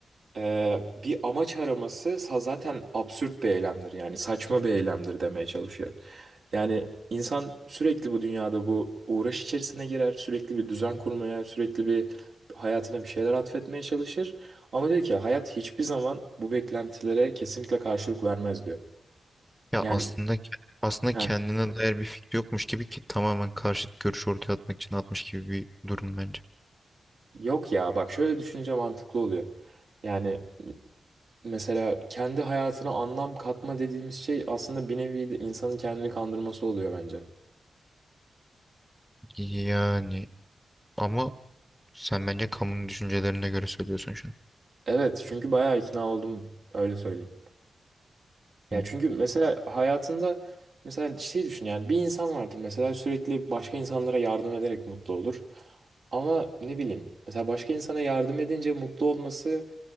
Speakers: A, on the right; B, in the centre.
A: Ee, bir amaç araması sa- zaten absürt bir eylemdir yani saçma bir eylemdir demeye çalışıyor. Yani insan sürekli bu dünyada bu uğraş içerisine girer, sürekli bir düzen kurmaya, sürekli bir hayatına bir şeyler atfetmeye çalışır. Ama diyor ki hayat hiçbir zaman bu beklentilere kesinlikle karşılık vermez diyor.
B: Ya
A: Yani
B: aslında ke- aslında
A: ha
B: kendine dair bir fikri yokmuş gibi ki tamamen karşıt görüş ortaya atmak için atmış gibi bir durum bence.
A: yok ya bak şöyle düşününce mantıklı oluyor. Yani mesela kendi hayatına anlam katma dediğimiz şey aslında bir nevi de insanın kendini kandırması oluyor bence.
B: Yani ama sen bence kamunun düşüncelerine göre söylüyorsun şu an.
A: Evet çünkü bayağı ikna oldum öyle söyleyeyim. Ya
B: Hı.
A: çünkü mesela hayatında mesela şey düşün yani bir insan vardır mesela sürekli başka insanlara yardım ederek mutlu olur. Ama ne bileyim mesela başka insana yardım edince mutlu olması